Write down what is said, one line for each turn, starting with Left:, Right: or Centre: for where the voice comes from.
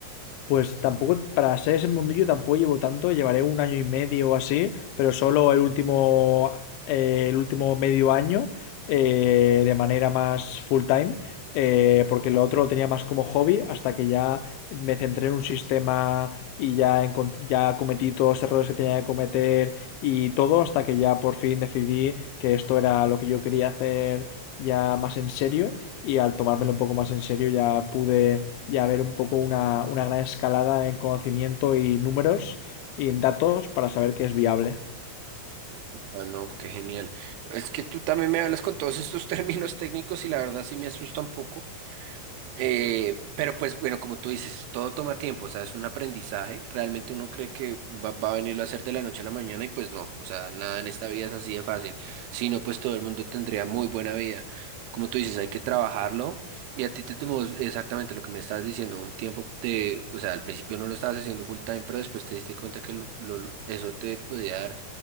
Left: Pues tampoco, para ser ese mundillo tampoco llevo tanto, llevaré un año y medio o así, pero solo el último, eh, el último medio año eh, de manera más full time, eh, porque lo otro lo tenía más como hobby hasta que ya me centré en un sistema y ya, encont- ya cometí todos los errores que tenía que cometer y todo hasta que ya por fin decidí que esto era lo que yo quería hacer ya más en serio y al tomármelo un poco más en serio ya pude ya ver un poco una, una gran escalada en conocimiento y números y en datos para saber que es viable.
Right: Ah, no, qué genial. Es que tú también me hablas con todos estos <laughs> términos técnicos y la verdad sí me asusta un poco. Eh, pero pues bueno, como tú dices, todo toma tiempo, o sea, es un aprendizaje. Realmente uno cree que va, va a venirlo a hacer de la noche a la mañana y pues no, o sea, nada en esta vida es así de fácil. Si no, pues todo el mundo tendría muy buena vida. Como tú dices, hay que trabajarlo y a ti te tomó exactamente lo que me estabas diciendo, un tiempo de, o sea, al principio no lo estabas haciendo full time, pero después te diste cuenta que lo- lo- eso te podía dar